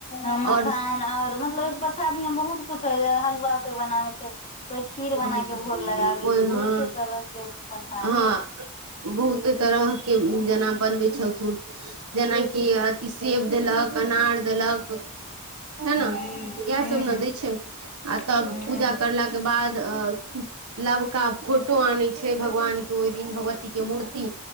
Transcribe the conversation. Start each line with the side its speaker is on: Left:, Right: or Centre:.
Left: उ मखाना
Right: और
Left: और मतलब ओइ प्रसादी में बहुत कुछ होय छइ जेना हलुआ के बनाबै छै कोई खीर बना
Right: ओहि
Left: के भोग लगाबै छै बहुते
Right: हँ
Left: तरह के प्रसाद
Right: हँ
Left: होय है
Right: बहुते तरहके जेना बनबै छथ ओ जेनाकि अथि सेब देलक अनार देलक हय
Left: हूं
Right: ने इएह
Left: हूं
Right: सब ने दै छै आ
Left: हूं
Right: तब पूजा करलाके बाद तऽ अ नवका फोटो आनय छइ भगवान के ओहि दिन भगवती के मूर्ति